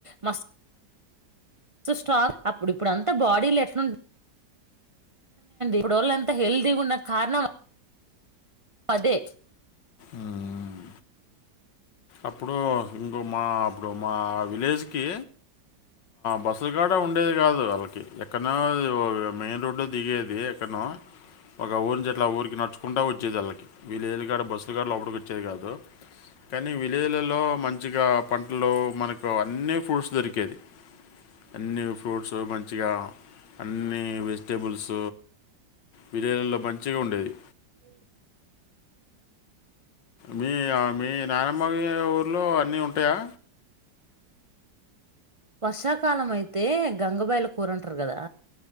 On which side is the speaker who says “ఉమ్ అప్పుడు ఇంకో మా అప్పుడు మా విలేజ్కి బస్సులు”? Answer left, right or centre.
Left